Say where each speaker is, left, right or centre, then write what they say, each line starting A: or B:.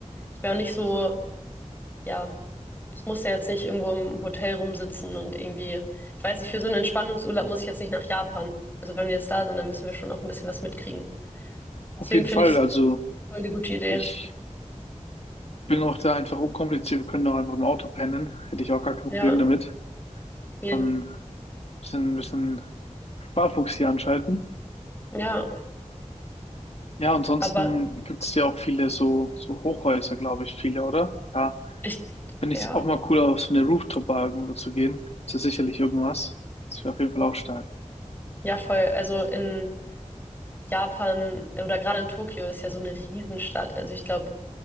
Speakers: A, on the left (about 15°); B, on the left (about 55°).
A: Ich wäre auch nicht so, ja, es muss ja jetzt nicht irgendwo im Hotel rumsitzen und irgendwie, ich weiß nicht, für so einen Entspannungsurlaub muss ich jetzt nicht nach Japan. Also wenn wir jetzt da sind, dann müssen wir schon auch ein bisschen was mitkriegen.
B: Auf
A: Deswegen
B: jeden
A: finde
B: Fall,
A: ich es
B: also
A: voll die gute Idee.
B: ich bin auch da einfach unkompliziert. Wir können auch einfach im Auto pennen. Hätte ich auch gar kein
A: Ja,
B: Problem damit.
A: jeden.
B: Dann ein bisschen, ein bisschen Sparfuchs hier anschalten.
A: Ja,
B: Ja, ansonsten
A: aber
B: gibt es ja auch viele so, so Hochhäuser, glaube ich, viele, oder? Ja,
A: ich,
B: finde
A: ja,
B: ich es auch mal cool, auf so eine Rooftop-Bar irgendwo zu gehen. Ist ja sicherlich irgendwas. Das wäre auf jeden Fall auch stark.
A: ja, voll. Also in Japan oder gerade in Tokio ist ja so eine Riesenstadt. Also ich glaube,